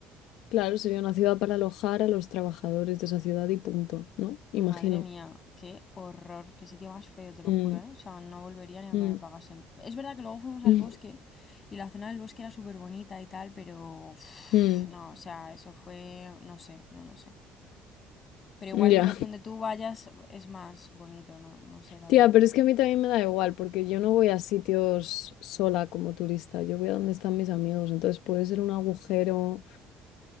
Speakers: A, on the left; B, on the left.
A: claro, sería una ciudad para alojar a los trabajadores de esa ciudad y punto, ¿no? Imagino.
B: Madre mía, qué horror, qué sitio más feo, te lo
A: Mm,
B: juro, ¿eh? O sea, no volvería ni aunque
A: mm,
B: me pagasen. Es verdad que luego fuimos al
A: <laughs>
B: bosque y la zona del bosque era súper bonita y tal, pero uf,
A: mm,
B: no, o sea, eso fue, no sé, no, no sé. Pero
A: ya.
B: igual lo- donde tú vayas es más bonito, no, no sé, la
A: Tía,
B: verdad.
A: pero es que a mí también me da igual, porque yo no voy a sitios sola como turista, yo voy a donde están mis amigos, entonces puede ser un agujero,